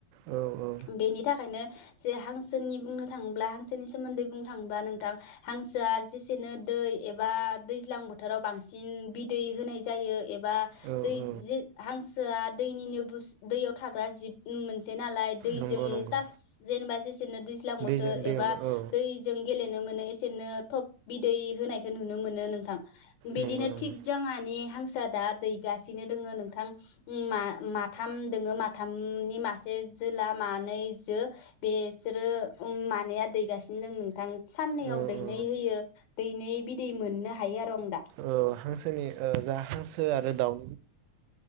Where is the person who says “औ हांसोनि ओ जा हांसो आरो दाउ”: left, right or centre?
Right